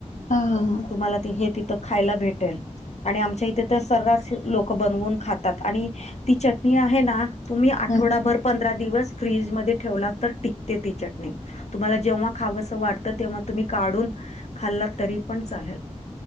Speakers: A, on the left; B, on the left.
A: हा, हा, हा,
B: तुम्हाला ते हे तिथं खायला भेटेल. आणि आमच्या इथे तर सर्रास लोक बनवून खातात. आणि ती चटणी आहे ना तुम्ही आठवडाभर
A: हा
B: पंधरा दिवस फ्रीजमध्ये ठेवला तर टिकते ती चटणी. तुम्हाला जेव्हा खावस वाटतं तेव्हा तुम्ही काढून खाल्ला तरी पण चालेल,